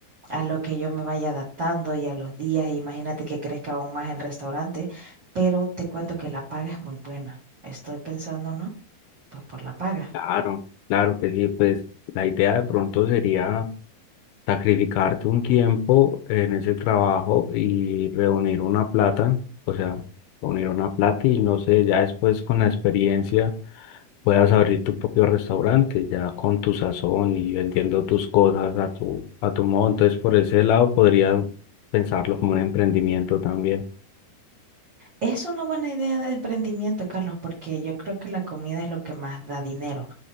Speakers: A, on the right; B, on the left.
A: a lo que yo me vaya adaptando y a los días. Imagínate que crezca aún más el restaurante, pero te cuento que la paga es muy buena. Estoy pensando, ¿no? Pues por la paga.
B: Claro, claro que sí, pues la idea de pronto sería sacrificarte un tiempo en ese trabajo y reunir una plata, o sea, reunir una plata y no sé, ya después con la experiencia puedas abrir tu propio restaurante ya con tu sazón y vendiendo tus cosas a tu, a tu modo. Entonces, por ese lado podría pensarlo como un emprendimiento también.
A: Es una buena idea de emprendimiento, Carlos, porque yo creo que la comida es lo que más da dinero,